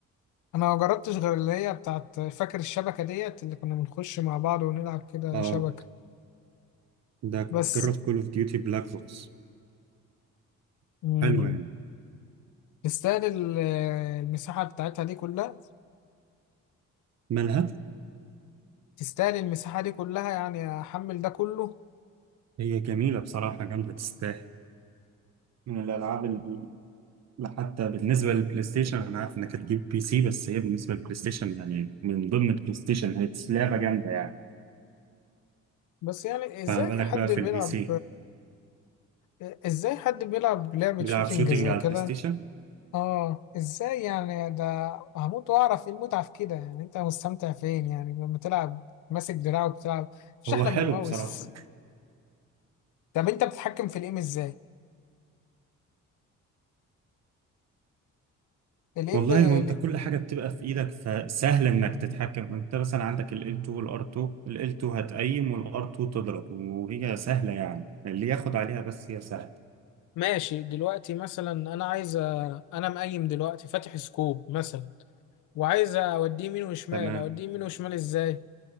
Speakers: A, on the left; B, on the right.
A: أنا ما جربتش غير اللي هي بتاعت فاكر الشبكة ديت اللي كنا بنخش مع بعض ونلعب كده
B: اه
A: شبكة
B: ده
A: بس
B: جرب كول اوف ديوتي بلاك اوبس
A: مم.
B: حلوة يعني
A: تستاهل ال- المساحة بتاعتها دي كلها
B: مالها
A: تستاهل المساحة دي كلها يعني أحمل ده كله
B: هي جميلة بصراحة جامدة تستاهل من الألعاب اللي حتى بالنسبة للبلاي ستيشن أنا عارف إنك هتجيب بي سي بس هي بالنسبة للبلاي ستيشن يعني من ضمن البلاي ستيشن هي لعبة جامدة يعني
A: بس يعني ازاي
B: فما بالك
A: حد
B: بقى في
A: بيلعب
B: البي سي
A: ازاي حد بيلعب لعبة
B: بيلعب
A: شوتينج
B: شوتينج
A: زي
B: على
A: كده
B: البلاي ستيشن
A: اه ازاي يعني ده هموت واعرف ايه المتعة في كده يعني انت مستمتع فين يعني لما تلعب ماسك دراع وبتلعب مش
B: هو
A: احلى
B: حلو
A: من الماوس
B: بصراحة
A: طب انت بتتحكم في الايم ازاي الايم
B: والله
A: ب... ال-
B: هو انت كل حاجه بتبقى في ايدك فسهل انك تتحكم انت مثلا عندك ال L2 وال R2 ال L2 هتقيم وال R2 تضرب وهي سهله يعني اللي ياخد عليها بس هي سهله
A: ماشي دلوقتي مثلا انا عايز أ- انا مقيم دلوقتي فاتح سكوب مثلا وعايز اوديه يمين وشمال
B: تمام
A: اوديه يمين وشمال ازاي